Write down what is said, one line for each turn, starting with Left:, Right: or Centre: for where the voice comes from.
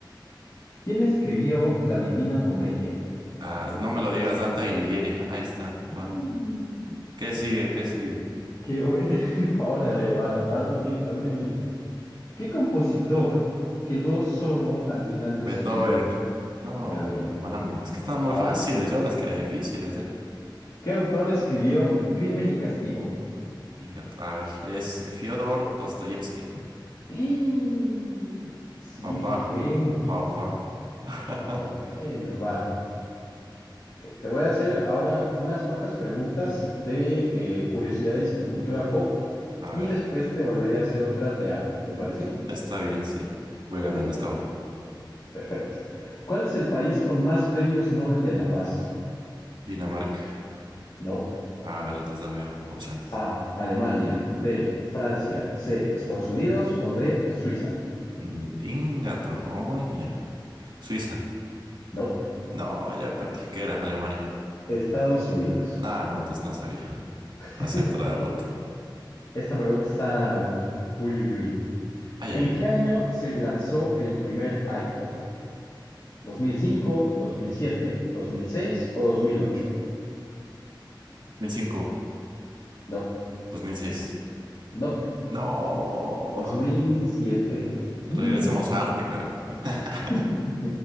Left: ¿Quién escribió La Divina Comedia?
Right: Ah, no me lo digas, Danta Alighieri. Ahí está, papá.
Left: Mm.
Right: ¿Qué sigue? ¿Qué sigue?
Left: Qué bueno. <laughs> Órale, vas, vas muy bien, vas muy bien. ¿Qué compositor quedó sordo al final de
Right: Beethoven.
Left: su vida?
Right: No,
Left: Ya
Right: hombre,
Left: le-
Right: hermano. Es que están muy
Left: Ahora,
Right: fáciles. Yo las quería difíciles, ¿eh?
Left: ¿qué autor escribió Crimen y Castigo?
Right: Inga- A ver, es Fyodor Dostoyevsky.
Left: <gasps> ¡Eh! Sí,
Right: Papá,
Left: fue.
Right: papá, papá. <laughs>
Left: Ok, va. Ok, Te voy a hacer ahora unas cuantas preguntas de eh, curiosidades y cultura pop
Right: A
Left: y
Right: ver.
Left: después te volveré a hacer otras de arte, ¿te parece?
Right: Mm, Está bien, sí. Voy
Left: Ok,
Right: ganando hasta ahora.
Left: Perfecto. ¿Cuál es el país con más premios Nobel de la Paz?
Right: Dinamarca.
Left: Nope.
Right: A ver, entonces dame o- opciones.
Left: A. Alemania. B. Francia. C. Estados Unidos. O D. Suiza.
Right: Mm, Inga, Torroña. Suiza.
Left: Nope.
Right: No, ya perdí. ¿Qué era? Alemania.
Left: Estados Unidos.
Right: Ah, no, entonces no sabía.
Left: <laughs>
Right: Acepto la derrota.
Left: Esta pregunta está... Uy, uy, uy.
Right: Ay, ay,
Left: ¿En
Right: ay.
Left: qué año se lanzó el primer iPhone? Dos dos mil mil cinco, dos mil siete, dos mil seis o 2008?
Right: 2005,
Left: Nope.
Right: 2006.
Left: Nope.
Right: No.
Left: 2007. Y-
Right: Regresemos a arte, carajo. <laughs>
Left: <laughs>